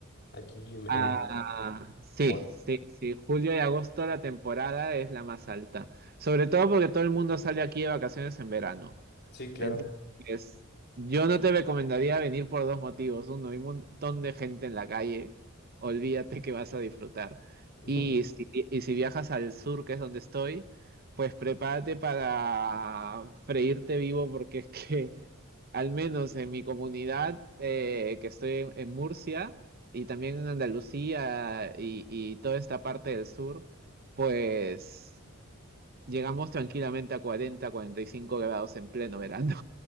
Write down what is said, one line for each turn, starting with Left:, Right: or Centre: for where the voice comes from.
Left: Aquí en...
Right: Ah,
Left: en-
Right: sí,
Left: o-
Right: sí, sí. Julio y agosto la temporada es la más alta. Sobre todo porque todo el mundo sale aquí de vacaciones en verano.
Left: Sí, claro.
Right: Entonces, yo no te recomendaría venir por dos motivos. Uno, hay un montón de gente en la calle, olvídate que vas a disfrutar.
Left: <laughs>
Right: Y si, y si viajas al sur, que es donde estoy, pues prepárate para freírte vivo porque es que, al menos en mi comunidad, eh, que estoy en, en Murcia y también en Andalucía y, y toda esta parte del sur, pues llegamos tranquilamente a cuarenta, cuarenta y cinco grados en pleno verano.